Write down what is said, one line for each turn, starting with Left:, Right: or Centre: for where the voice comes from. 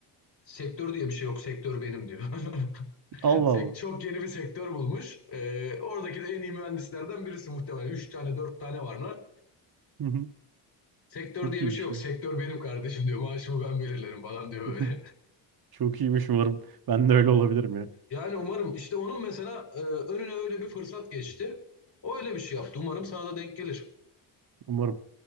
Left: Sektör diye bir şey yok. Sektör benim diyor. <laughs>
Right: Allah
Left: Sek-
Right: Allah.
Left: Çok yeni bir sektör bulmuş. E, oradaki de en iyi mühendislerden birisi muhtemelen. Üç tane dört tane varlar.
Right: Hı hı.
Left: Sektör
Right: Çok
Left: diye
Right: iyi
Left: bir şey
Right: bir şey.
Left: yok. Sektör benim kardeşim diyor. Maaşımı ben belirlerim falan diyor böyle.
Right: <laughs> Çok iyiymiş umarım. Ben de öyle olabilirim ya.
Left: Yani umarım işte onun mesela e, önüne öyle bir fırsat geçti. O öyle bir şey yaptı. Umarım sana da denk gelir.
Right: Umarım.